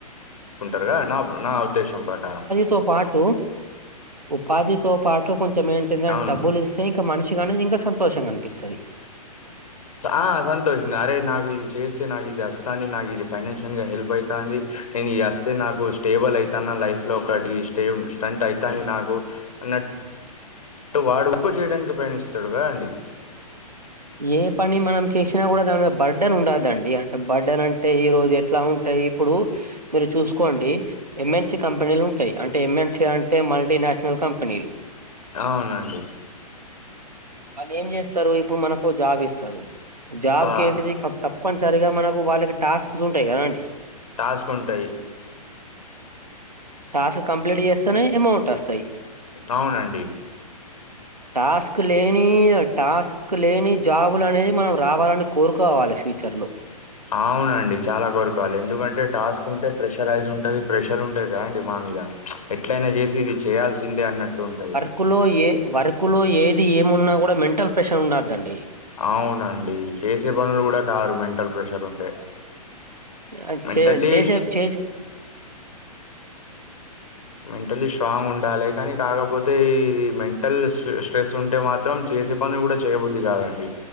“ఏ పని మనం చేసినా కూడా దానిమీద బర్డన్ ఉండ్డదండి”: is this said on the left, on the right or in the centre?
Right